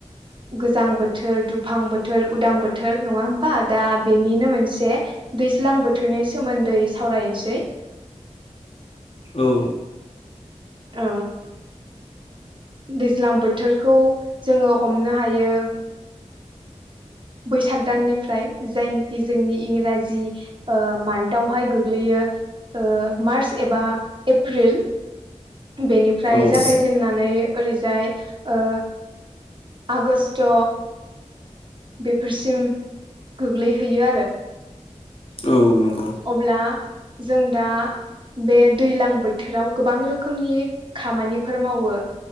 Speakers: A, on the right; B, on the left.
A: गोजां बोथोर दुफां बो थोर उदां बोथोर नङा होमबा दा बेनिनो मोनसे दैज्लां बोथोरनि सोमोन्दै साव सावरायनोसै।
B: औ।
A: आ। दैज्लां बोथोरखौ जोङो हमनो हायो बैसाग दाननिफ्राय जायनोखि जोंनि इंराजि ओ मान्थावहाय गोग्लैयो। ओ मार्च एबा एप्रिल बेनिफ्राय
B: औ
A: जागायजेननानै ओरैजाय ओ आगस्ट' बेफोरसिम गोग्लैहैयो आरो।
B: औ। नंगौ
A: अब्ला जों दा बे दैज्लां बोथोराव गोबां रोखोमनि खामानिफोर मावो